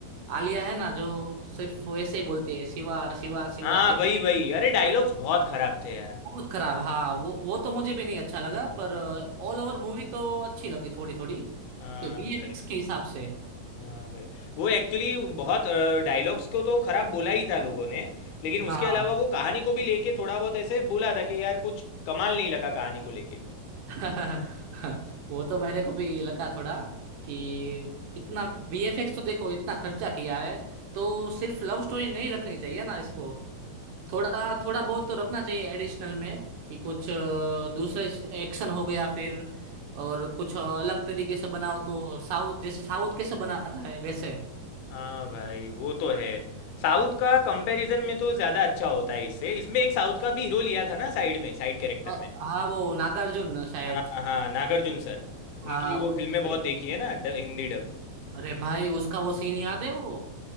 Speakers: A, on the right (about 70°); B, on the left (about 85°).
A: आलिया है ना जो
B: हम्म।
A: सिर्फ ऐसे ही बोलती है शिवा शिवा शिवा
B: हाँ
A: शिव
B: वही वही अरे डायलॉग्स बहुत खराब थे यार
A: बहुत खराब हाँ वो वो तो मुझे भी नहीं अच्छा लगा पर ऑल ओवर मूवी तो अच्छी लगी थोड़ी थोड़ी
B: हाँ
A: कि वीएफएक्स
B: भाई
A: के हिसाब से
B: हाँ भाई वो एक्चुअली बहुत डायलॉग्स को तो खराब बोला ही था लोगों ने लेकिन उसके
A: हाँ
B: अलावा वो कहानी को भी लेके थोड़ा बहुत ऐसे बोला था कि यार कुछ कमाल नहीं लगा कहानी को लेके
A: <laughs> वो तो मेरे को भी लगा थोड़ा कि इतना वीएफएक्स तो देखो इतना खर्चा किया है तो सिर्फ लव स्टोरी नहीं रखनी चाहिए ना इसको थोड़ा थोड़ा बहुत तो रखना चाहिए एडिशनल में कि कुछ अ, दूसरे एक्शन हो गया फिर और कुछ अलग तरीके से बनाओ तो साउथ जैसे साउथ कैसे बनाता है वैसे
B: हाँ भाई वो तो है साउथ का कंपैरिजन में तो ज़्यादा अच्छा होता है इससे इसमें एक साउथ का भी हीरो लिया था ना साइड में साइड कैरेक्टर
A: अ,
B: में
A: हाँ वो नागार्जुन शायद
B: हाँ हाँ हाँ, नागार्जुन सर उनकी
A: हाँ
B: वो
A: वो-
B: फिल्में बहुत देखी है ना ड, हिंदी डब
A: अरे भाई उसका वो सीन याद है वो